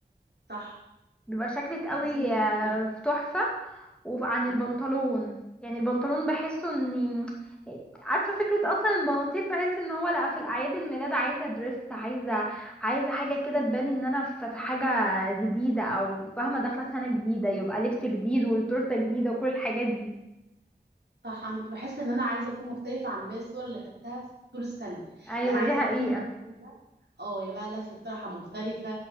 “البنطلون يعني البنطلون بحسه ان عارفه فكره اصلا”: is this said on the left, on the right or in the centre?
Centre